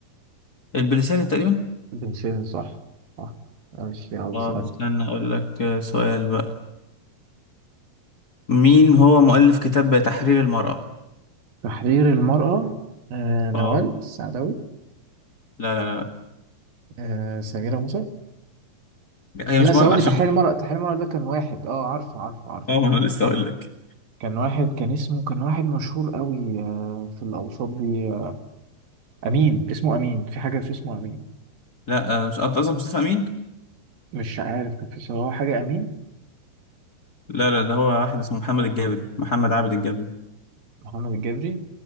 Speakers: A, on the left (about 35°); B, on the right (about 65°).
A: البلساني تقريبا
B: بن سيرين صح صح ماشي يلا
A: اه
B: اسأل
A: استنى اقول لك آه، سؤال بقى مين هو مؤلف كتاب تحرير المرأة
B: تحرير المرأة آه، نوال
A: اه
B: السعداوي
A: لا لا
B: آه، سميرة موسى
A: هي
B: لا
A: مش
B: ثواني
A: مرأة عشان
B: تحرير
A: <laughs>
B: المرأة تحرير المرأة ده كان واحد اه عارفه عارفه عارفه
A: اه ما انا لسه اقول لك
B: كان واحد كان اسمه كان واحد مشهور قوي آه، في الأوساط دي امين اسمه امين في حاجه في اسمه امين
A: لا آه، مش انت قصدك مصطفى امين
B: مش عارف كان في صراحه حاجه امين
A: لا لا ده هو واحد اسمه محمد الجابري محمد عابد الجابري
B: محمد الجبري